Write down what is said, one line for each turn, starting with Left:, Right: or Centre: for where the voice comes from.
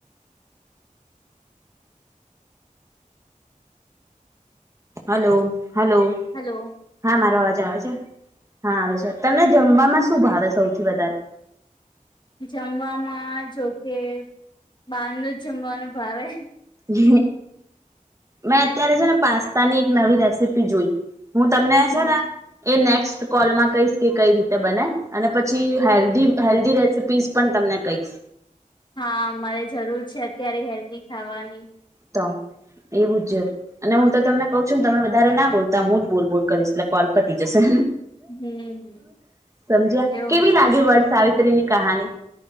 Right: Hello hello.
Left: હલો
Right: હા મારો અવાજ આવે છે હા આવે છે તમને જમવામાં. શું ભાવે સૌથી વધારે.
Left: જમવામાં જોકે બારનું જ જમવાનું ભાવે.
Right: હ મેં અત્યારે છે ને પાસ્તા ની એક નવી રેસીપી જોઈ. હું તમને
Left: હમ
Right: છે ને એ નેક્સ્ટ કોલમાં કહીશ કે કઈ રીતે બને. અને પછી
Left: ઓકે
Right: હેલ્ધી હેલ્ધી રેસીપીઝ પણ તમને કઈ.
Left: હા મારે જરૂર છે અત્યારે હેલ્ધી ખાવાની.
Right: તો એવું છે. અને હું તો તમને કઉ છું ને તમે વધારે ના બોલતા હું જ બોલ બોલ કરીશ એટલે કોલપતિ જશે.
Left: હમ
Right: સમજ્યા
Left: એવું
Right: કેવી
Left: છે
Right: લાગે
Left: ને
Right: વડ સાવિત્રીની કહાની.